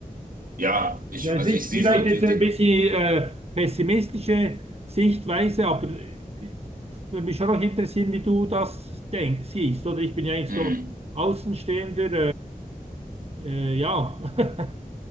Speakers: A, on the right; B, on the right.
A: Ja, ich,
B: Ja, es
A: also
B: ist
A: ich sehe
B: vielleicht
A: so
B: jetzt
A: die,
B: ein
A: die,
B: bisschen äh, pessimistische Sichtweise, aber äh, würde mich schon noch interessieren, wie du das denkst, siehst, oder? Ich bin ja eigentlich
A: hm.
B: so Außenstehender, äh, äh, ja. <laughs>